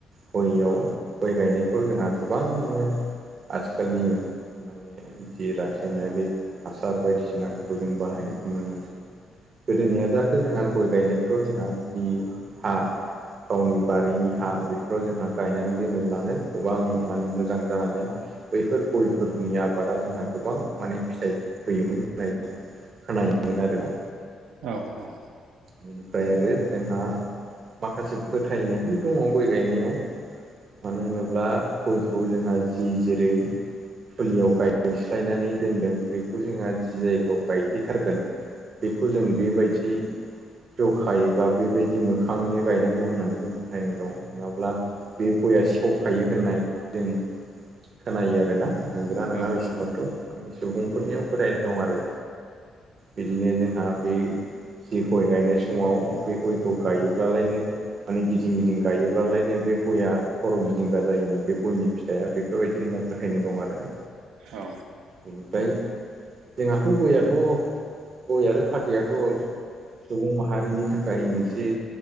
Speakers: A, on the right (about 50°); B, on the right (about 80°).
A: गयाव गय गायनायफ्राव जोंहा गोबांनो आथिखालनि माने जि रासायनायारि हासार बायदिसिनाफोरखौ जों बाहायनायखौ नुनो मोनसै। गोदोनिया जाथो जोंहा गय गायनायफ्राव जोंहा जि हा गावनि बारिनि हा बेफोराव जोंहा गायनानै दोनोब्लानो गोबां माने मोजां जानानै बैफोर गयफोरनि आबादा जोंहा गोबां माने फिथाइ होयोमोन होननाय जों खोनायोमोन आरोना।
B: औ औ
A: बेनिफ्राय आरो जोंहा माखासे फोथायनायबो दङ गय गायनायाव। मानो होनोब्ला गयखौ जोंहा जि जेरै फुलियाव गायस्लायनानै दोनदों बेखौ जोंहा जि जायगायाव गायह्लिथारगोन बेखौ जों बेबायदि जखायोबा बेबायदि मोखाङैनो गायनांगौ होननानै जों फोथायनाय दं। नङाब्ला बे गआ सेवखायो होननाय जों खोनायो आरोना। नंगा नङा
B: औ नंगौ औ
A: बेसेबांथ'
B: औ
A: माने सुबुंफोरनियाव
B: औ नंगौ
A: फोथाय दं आरो बिदिनो जोंहा बे जि गय गायनाय समाव बे गयखौ गायोब्लालायनो माने गिदिं गिदिं गायोब्लाालायनो बे गयया खर' गिदिंगा जायोनो बे गयनि फिथाइया बेफोरबायदि होनना फोथायनो दं आरोना।
B: औ
A: बेनिफ्राय जोंहाथ' गयआथ' गय आरो फाथैयाथ' सुबुं माहारिनि थाखाय मोनसे